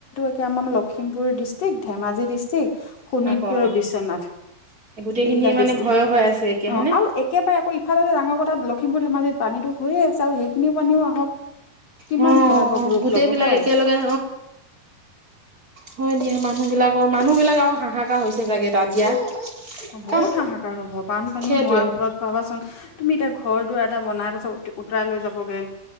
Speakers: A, on the left; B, on the right.
A: এতিয়া আমাৰ লখিমপুৰ ডিষ্ট্ৰিক্ট, ধেমাজি ডিষ্ট্ৰিক, শোণিতপুৰ
B: আকৌ
A: আৰু বিশ্বনাথ।
B: অঁ গোটেইখিনি
A: এইকেইটা
B: মানে
A: ডিষ্ট্ৰিক।
B: ভয় হৈ আছে এতিয়া
A: অ
B: হয়নে
A: আৰু একেবাৰে আকৌ ইফাল যে ডাঙৰ কথা লখিমপুৰ ধেমাজিত পানীটো হৈ আছে আৰু সেই খিনি পানীও আহক কিমান
B: অ',
A: ভয়াৱক ৰূপ
B: গোটেই
A: ল'ব
B: বিলাক
A: হয়।
B: একেলগে অ হয় দিয়া মানুহ বিলাকৰ মানুহ বিলাক আৰু হাহা কাৰ হৈছে চাগে তাত দিয়া
A: অ
B: কাৰণ
A: বহুত হাহাকাৰ হ'ব বানপানী
B: সেইটোৱে
A: হোৱাৰ ফলত ভাবাচোন তুমি এতিয়া ঘৰ দুৱাৰ এটা বনাই পাছত উতৰাই লৈ যাবগে।